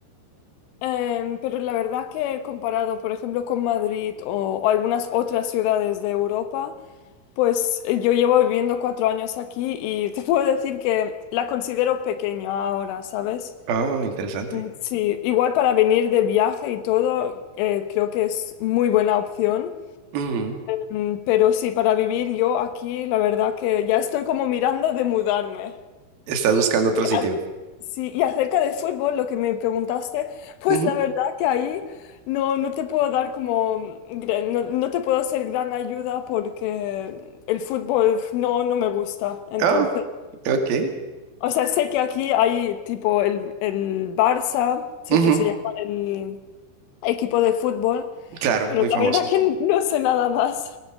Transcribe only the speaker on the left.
em, pero la verdad que comparado, por ejemplo, con Madrid o, o algunas otras ciudades de Europa, pues eh, yo llevo viviendo cuatro años aquí y te <laughs> puedo decir que la considero pequeña ahora, ¿sabes?
Mm, Sí, igual para venir de viaje y todo, eh, creo que es muy buena opción.
Mm, Pero sí, para vivir yo aquí, la verdad que ya estoy como mirando de mudarme.
A- Sí, y acerca del fútbol, lo que me preguntaste, pues
la verdad que ahí no, no te puedo dar como, gran- no, no te puedo ser gran ayuda porque el fútbol no, no me gusta. Entonces,
o sea, sé que aquí hay tipo el, el Barça, sé
que se llama el equipo de fútbol,
pero
la
verdad que no sé nada más.